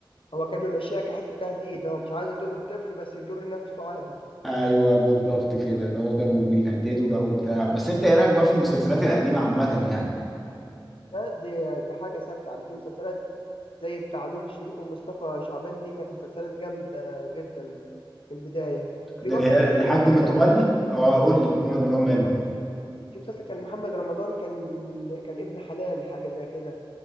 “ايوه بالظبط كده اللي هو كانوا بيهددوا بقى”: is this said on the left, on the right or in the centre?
Centre